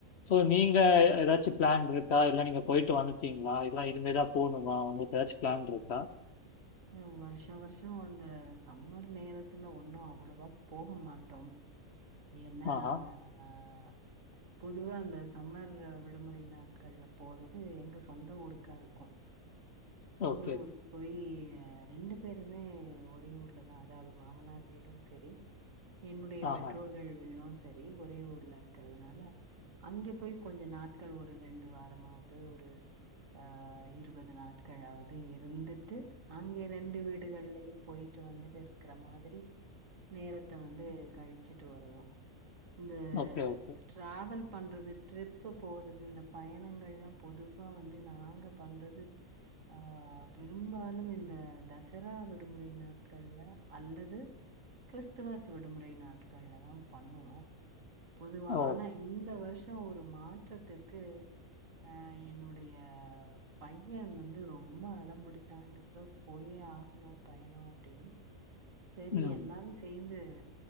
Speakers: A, on the left; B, on the right.
A: சோ நீங்க ஏதாச்சு ப்ளான்ருக்க இல்ல நீங்க போய்ட்டு வந்ட்டடீங்ளா இல்ல இனிமேதா போணுமா உங்குளுக்கு எதாச்சு ப்ளான் இருக்க
B: அ வர்ஷோ வர்ஷோ அந்த சம்மர் நேரத்துல ஒன்னு அவ்வளவா போக மாட்டோ ஏன்னா
A: ஆஹா.
B: <inaudible> பொதுவா அந்த சம்மர் விடுமுறை நாட்கள்ல போறது எங்க சொந்த ஊருக்கா இருக்கு சொந்த
A: ஓகே.
B: ஊருக் போயி அ ரெண்டு பேருமே ஒரே ஊர்ல தா அதாவ்து மாமனார் வீடு செரி என்னுடைய
A: ஆஹா.
B: பெற்றோர்கள் வீடும் சரி ஒரே ஊர்ல இருக்கறதுனால அங்கே போய் கொஞ்ச நாட்கள் ஒரு ரெண்டு வாரமாது ஒரு ஆ இருபது நாட்களாவது இருந்துட்டு அங்கே ரெண்டு வீடுகள்லயு போய் ட்டு வந்துட்டு இருக்கற மாதிரி நேரத்த வந்து கழி ச்சிட்டு வருவோ இந்த
A: ஓகே, ஓகே.
B: டிராவல் பண்றது ட்ரிப்பு போறது இந்த பயணங்கல்ல பொதுவா வந்து நாங்க பண்றது ஆ பெரும்பாலும் இந்த தசரா விடுமுறை நாட்கள்ல அல்லது கிறிஸ்துமஸ் விடுமுறை நாட்கள்லதா பண்ணுவோ பொதுவா
A: ஓ!
B: ஆனா இந்த வரு ஷோ ஒரு மாற்றத்திக்கு அ என்னுடைய பையன் வந்து ரொம்ப அடம்பிடிச்சா இந்த தட போயே ஆகணு பையன்னு அப்டின்னு செரி
A: ம்.
B: எல்லாரு சேந்து அ